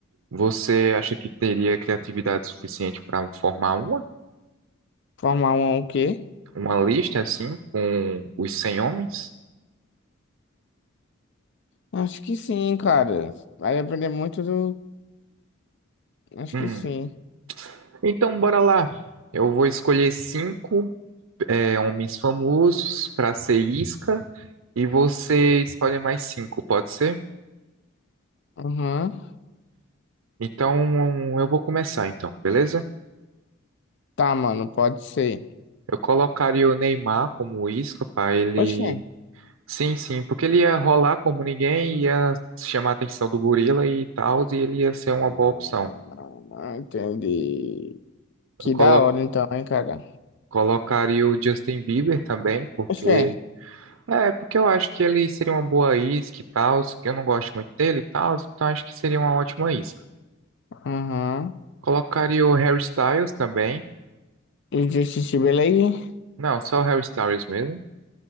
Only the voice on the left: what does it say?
Formar um é o quê?
Acho que sim, cara. Vai aprender muito do. Acho
que sim.
Aham.
Tá, mano, pode ser.
Poxa.
Ah,
não,
não, não, Entendi. Que
da hora então, hein, cara.
Oxê.
Aham.
E o Justin Timberlake?